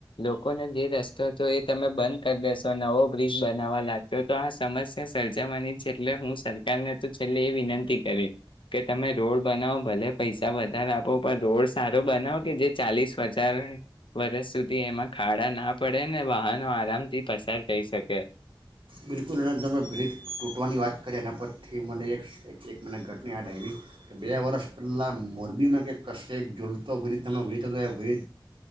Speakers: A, on the left (about 80°); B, on the right (about 80°).
A: લોકોને જે રસ્તો હતો એ તમે બંધ કરી દેેશો નવો બ્રિજ બનાવવા લાગશો તો આ સમસ્યા સર્જાવાની છે એટલે હું સરકારને તો છેલ્ એ વિનંતી કરીશ કે તમે રોડ બનાવો ભલે પૈસા વધારે આપો પણ રોડ સારો બનાવો કે જે ચાલીસ હજાર વર્ષ સુધી એમાં ખાડા ના પડે ને વાહનો આરામથી પસાર થઈ શકે
B: બિલકુલ એ તમે બ્રિજ તૂટવાની વાત કરી એના પરથી મને એક એક મને ઘટના યાદ આવી તો બે વર્ષ પહેલાં મોરબીમાં કે કશે એક ઝૂલતો બ્રિજનો બ્રિજ હતો એ બ્રિજ